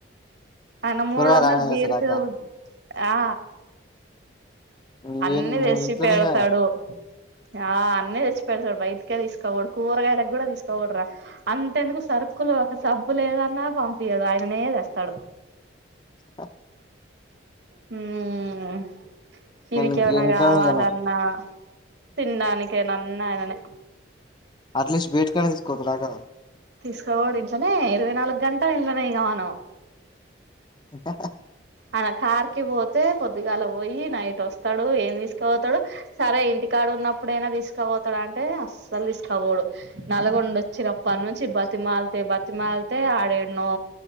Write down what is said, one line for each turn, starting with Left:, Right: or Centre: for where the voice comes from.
Right: తను మూడు
Left: కూరగాయలు
Right: వందలు
Left: రానే
Right: బీరుకే
Left: చేస్తాడాక
Right: ఆ
Left: నువ్వేం
Right: అన్ని తెచ్చి
Left: నువ్వు ఇంట్లోనే
Right: పెడతాడు
Left: కదా
Right: ఆ అన్న తెచ్చి పెడతాడు బయటికే తీస్కపోడు కూరగాయలకు కూడా తీస్కపోడ్ర అంత ఎందుకు సరుకులు ఒక సబ్ బ్బు లేదన్నా పంపియడు ఆయనే తెస్తాడు
Left: చెప్ప
Right: హ్మ్ టివికెమన్న
Left: ఇంకేం ఇంట్లోనే
Right: కావాలన్నా
Left: ఇగ నువ్వు
Right: తిన్నాడానికే నన్నయననే
Left: అట్లీస్ట్ వేటికన్నా తీసుకోకురాగా
Right: తీస్కబోడు ఇంట్లోనే ఇరవై నాలుగు గంటలు ఇంట్లనే ఇగ మనం
Left: <unintelligible>
Right: అన కార్కి పోతే పొద్దుగాల పోయి నైట్ వస్తాడు ఏం తీస్కపోతాడు సరే ఇంటికా డ ఉన్నప్పుడైనా తీస్కపోతాడ అంటే అస్సలు తీస్కపోడు నల్గొండ వచ్చినప్పట్నుంచి బతి మాలతే బతిమాలితే ఆడేడ్నో